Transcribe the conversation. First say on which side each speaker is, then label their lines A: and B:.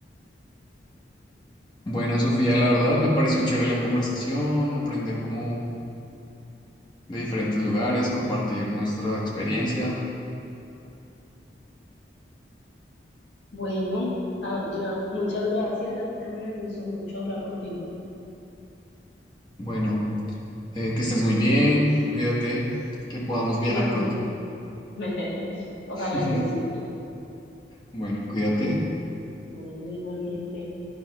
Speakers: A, on the left; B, on the left.
A: Bueno,
B: Mm.
A: Sofía, la verdad me pareció chévere la conversación, aprender como de diferentes lugares, compartir nuestra experiencia.
B: Bueno, ah, ya, muchas gracias. A mí también me gustó mucho hablar contigo.
A: Bueno, eh, que estés muy bien, cuídate, que podamos
B: Igualmente.
A: viajar pronto.
B: <laughs> Ojalá
A: <laughs>
B: que sí.
A: Bueno, cuídate.
B: Bueno, igualmente.